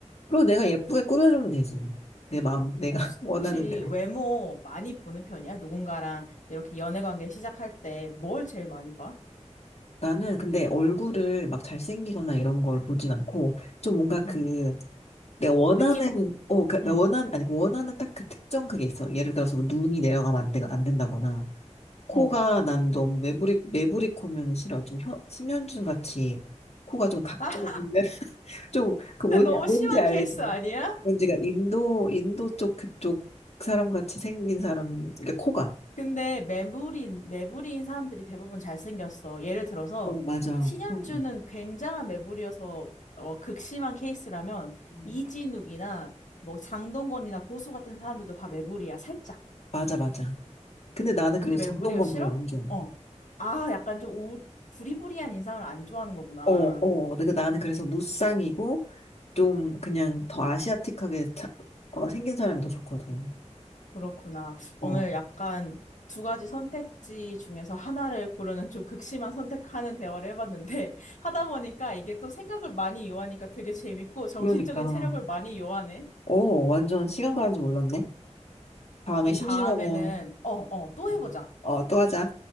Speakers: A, on the left; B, on the left.
A: 그리고 내가 예쁘게 꾸며주면 되지. 내 마음, 내가
B: 혹시,
A: <laughs> 원하는
B: 혹시
A: 대로.
B: 외모 많이 보는 편이야? 누군가랑 이렇게 연애 관계 시작할 때 뭘 제일 많이 봐?
A: 나는 근데 얼굴을 막 잘생기거나 이런 걸 보진 않고, 좀 뭔가 그,
B: 음,
A: 내가 원하는,
B: 느낌?
A: 어, 그,
B: 음,
A: 나 원한, 아니, 그 원하는 딱 그 특정 그게 있어. 예를 들어서 눈이 내려가면 안, 되, 안 된다거나, 코가
B: 어.
A: 난 너무 매부리 매부리 코면 싫어. 좀 현, 신현준 같이 코가 좀 각종
B: 아, <laughs>
A: 있는, <laughs> 좀, 그 뭔지,
B: 너무
A: 뭔지
B: 심한
A: 알지?
B: 케이스 아니야?
A: 뭔지가 인도, 인도 쪽 그쪽 사람 같이 생긴 사람, 그러니까 코가.
B: 근데 매부리인, 매부리인 사람들이 대부분 잘생겼어. 예를 들어서
A: 어, 맞아.
B: 신현주는
A: 어.
B: 굉장한 매부리여서 어, 극심한 케이스라면
A: 음.
B: 이진욱이나 뭐 장동건이나 고수 같은 사람들도 다 매부리야, 살짝.
A: 맞아, 맞아. 근데 나는 그래서
B: 근데 매부리가
A: 장동건
B: 싫어?
A: 별로 안 좋아해.
B: 어. 아, 약간 좀 우, 부리부리한 인상을 안 좋아하는 거구나.
A: 어, 어. 근데 그 나는 그래서 무쌍이고, 좀 그냥 더 아시아틱하게 차- 어, 생긴 사람이 더 좋거든.
B: 그렇구나. 오늘
A: 어,
B: 약간 두 가지 선택지 중에서 하나를 고르는 좀 극심한 선택하는 대화를 해봤는데 <laughs> 하다 보니까 이게 또 생각을 많이 요하니까 되게 재밌고 정신적인
A: 그러니까.
B: 체력을 많이 요하네.
A: 어, 완전 시간 가는 줄 몰랐네. 다음에
B: 우리
A: 심심하면,
B: 다음에는 어, 어, 또
A: 음,
B: 해보자.
A: 어, 또 하자.